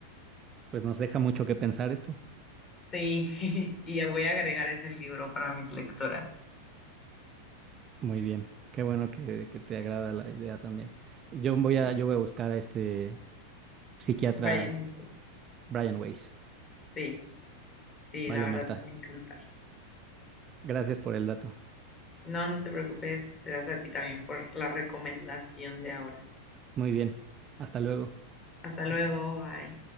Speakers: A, on the right; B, on the left.
A: pues nos deja mucho que pensar esto.
B: Sí, <laughs> y ya voy a agregar ese libro para mis lectoras.
A: Muy bien, qué bueno que, que te agrada la idea también. Yo voy
B: Sí,
A: a, yo voy a buscar a este psiquiatra
B: Brian Weiss.
A: Brian Weiss.
B: Sí, sí,
A: Vale,
B: la verdad
A: Marta,
B: te va a encantar.
A: gracias por el dato.
B: No, no te preocupes, gracias a ti también por la recomendación de ahora.
A: Muy bien, hasta luego.
B: Hasta luego, bye.